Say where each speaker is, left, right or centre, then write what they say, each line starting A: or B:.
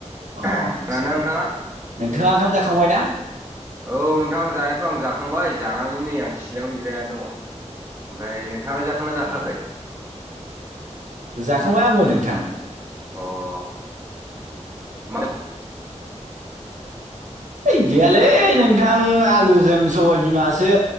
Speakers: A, on the right (about 20°); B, on the right (about 85°).
A: दं
B: अ आदसा
A: खोनादोंना नोंथाङा
B: आदसा नोंथाङा ओंखाम जाखांबाय ना?
A: औ नोंथां जानायाथ' आं जाखांबाय जानानै नै आं सिलायावनो जिरायनानै दङ'। ओमफ्राय नोंथाङालाय जाखांना जाखाङाखै?
B: अ जाखांबाय आंबो नोंथां।
A: अ। मा
B: इ गैयालै नोंथां आलुजों सबाय बिमासो।